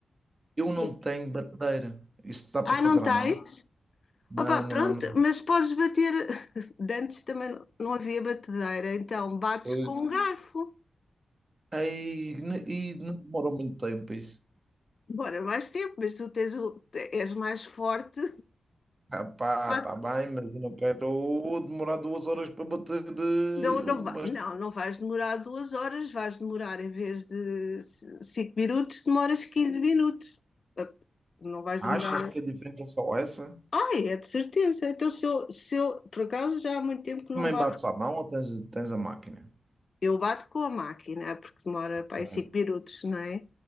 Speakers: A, on the right (about 25°); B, on the left (about 50°).
A: Eu
B: Sim.
A: não tenho batedeira. Isso dá para
B: Ah,
A: fazer
B: não tens?
A: à mão? Não,
B: Opa,
A: não,
B: pronto,
A: não.
B: mas podes bater. <laughs> De antes também não não havia batedeira, então bates
A: Pois,
B: com um garfo.
A: Ei, n- e não demorou muito tempo isso.
B: Demora mais tempo, mas tu tens o, és mais forte.
A: Ah, pá,
B: Pá,
A: tá bem, mas eu não quero demorar duas horas para bater eh,
B: Não, não,
A: umas.
B: vai- não, não vais demorar duas horas, vais demorar em vez de c- cinco minutos, demoras 15 minutos. Ah, Não vais
A: Achas
B: demorar.
A: que a diferença é só essa?
B: Ah, é de certeza. Então, se eu, se eu, por acaso, já há muito tempo que
A: Também
B: não bato.
A: bates à mão ou tens, tens a máquina?
B: Eu bato com a máquina, porque demora para
A: Ok,
B: aí cinco minutos, não é?